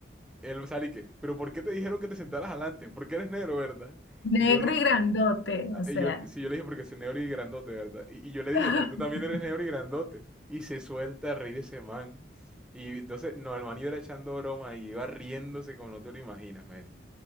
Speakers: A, in the centre; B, on the left.
A: él sale y que, pero ¿por qué te dijeron que te sentaras adelante? Porque eres negro, ¿verdad?
B: Negro
A: Y yo, lo,
B: y grandote, o sea.
A: y yo, sí, yo le dije, porque soy negro y grandote, ¿verdad? Y, y yo le
B: <laughs>
A: dije, pero tú también eres negro y grandote. Y se suelta a reír ese man. Y entonces, no, el man iba echando broma y iba riéndose como no te lo imaginas, Mary.